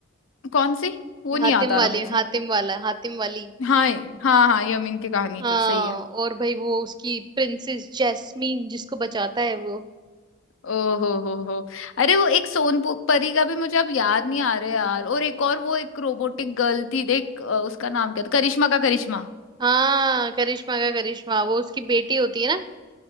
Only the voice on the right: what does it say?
हातिम
वाले
हातिम वाला हातिम वाली
हाँ
और भाई वो उसकी प्रिंसेस जैस्मीन जिसको बचाता है वो
हम्म।
हाँ करिश्मा का करिश्मा वो उसकी बेटी होती है ना